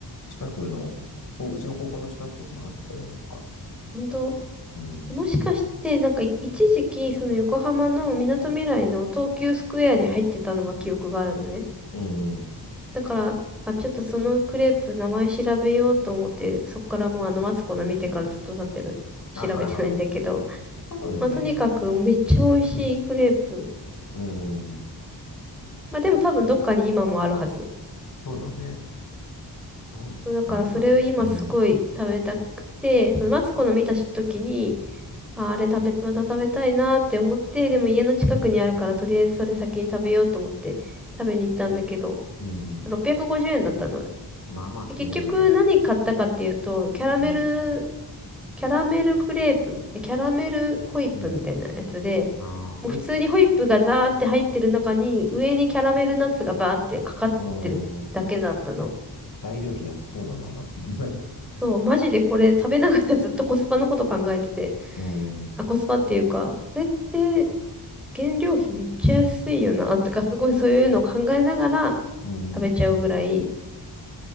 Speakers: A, on the left; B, in the centre.
A: 近くの、こううちの高校の近くとかもあったよ、なんか。
B: 本当
A: うん。
B: で、もしかして、なんかい、一時期、その横浜のみなとみらいの東急スクエアに入ってたのは記憶があるのね。
A: うん。
B: だから、あ、ちょっとそのクレープ名前調べようと思って、そっからもうあのマツコの見てからずっと経ってる。
A: ああ、
B: 調べてないんだけど。
A: 多分ね、
B: まあとにかくめっちゃ美味しいクレープ。
A: うん。
B: まあでも多分どっかに今もあるはず。
A: そうだね。どうなんだろう。
B: そうだからそれを今すごい食べたくて、
A: うん。
B: そのマツコの見た時に、あ、あれ食べ、また食べたいなって思って、でも家の近くにあるからとりあえずそれ先に食べようと思って食べに行ったんだけど、
A: うん。
B: 650円だったのよ。
A: まあまあするよね。
B: で結局何買ったかっていうと、キャラメル
A: うん。
B: キャラメルクレープ、キャラメルホイップみたいなやつで、
A: うん。ああ、ホイップ、
B: もう普通にホイップがザーって入ってる中に、上にキャラメルナッツがバーってかかってるだけだったの。
A: うん。材料費安そうだな、なんか
B: そう、マジでこれ食べながらずっとコスパのこと考えてて、
A: <laughs> うん、
B: あ、コスパっていうか、これって原料費めっちゃ安いよな、とかすごいそういうのを考えながら
A: うん。
B: 食べちゃうぐらい、
A: じ